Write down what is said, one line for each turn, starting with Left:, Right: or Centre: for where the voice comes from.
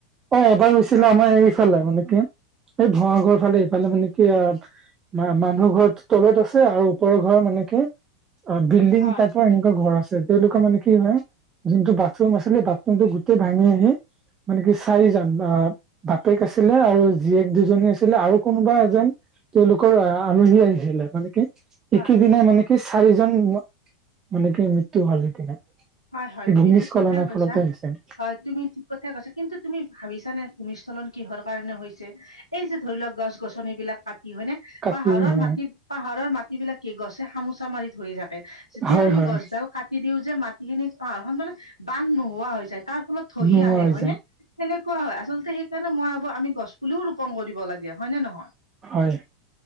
Right: অ' এবাৰ ছিলে
Left: হয়
Right: আমাৰ এইফালে মানে কি এই ভাড়াঘৰ ফালে এইফালে মানে কি আ মা মানুহ ঘৰত তলত আছে আৰু ওপৰৰ ঘৰ মানে কি, অঁ, বিল্ডিং
Left: হয়
Right: তাতো এনেকুৱা ঘৰ আছে তেওঁলোকৰ মানে কি হয়! যোনটো বাথৰুম আছিলে বাথৰুমটো গোটেই ভাঙি আহি, মানে কি চাৰিজন আ বাপেক আছিলে আৰু জীয়েক দুজনী আছিলে আৰু কোনোবা এজন, তেওঁলোকৰ আলহী আহিছিলে মানে কি
Left: হয়
Right: একেইদিনাই মানে কি চাৰিজন, মানে কি মৃত্যু হল সেইদিনা
Left: হয় হয়
Right: এই
Left: তুমি
Right: ভূমিস্খলনৰ
Left: ঠিক কথাই কৈছা।
Right: ফলতে হৈছে
Left: হয় তুমি ঠিক কথাই কৈছা কিন্তু তুমি ভাবিছা নে ভূমিস্খলন কিহৰ কাৰণে হৈছে, এই যে ধৰি লওক গছ গছনিবিলাক কাটি হয়নে
Right: কাটি
Left: পাহাৰৰ
Right: হয়
Left: মাটি, পাহাৰৰ মাটি বিলাকে কি গছে খামোচা মাৰি ধৰি থাকে যেতিয়া
Right: হয়
Left: আমি
Right: হয়
Left: গছডাল কাটি দিও যে মাটি, সেইখিনি পাহাৰখন মানে বান নোহোৱা হৈ যায় তাত, অলপ থহি
Right: নোহোৱা
Left: আহে
Right: হৈ
Left: হয়
Right: যায়
Left: নে সেনেকুৱা হয় আচলতে হে, সেইকাৰণে মই ভাবোঁ আমি গছ পুলিও ৰোপণ কৰিব লাগে হয়নে নহয়?
Right: হয়